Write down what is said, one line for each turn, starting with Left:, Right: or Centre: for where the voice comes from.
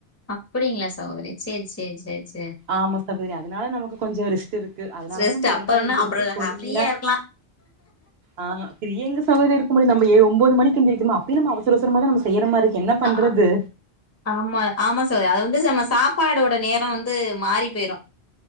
Left: அப்பிடிங்களா சகோதரி சேரி சேரி சேரி சேரி
Right: ஆமா சகோதரி அதுனால நமக்கு கொஞ்சொ ரெஸ்ட் இருக்கு அதுனாலதா
Left: ரெஸ்ட்
Right: நம்ம
Left: அப்பன்னா
Right: லேட்டா எந்திருச்சு
Left: அப்புறோ
Right: பொறுமையா
Left: ஃப்ரீயா இருக்கலா
Right: ஆ ஃப்ரியா எங்க சகோதரி இரு க்கம்போது நம்ப ஏ ஒம்போது மணிக்கு எந்திருக்கமா அப்பயு நம்ம அவசர அவசரமா தா நம்ம செய்யுற மாரி என்ன பண்றது
Left: ஆ ஆமா ஆமா சகோதரி அது வ ந்து நம்ம சாப்பாடோட நேரொ வந்து மாறி போயிரு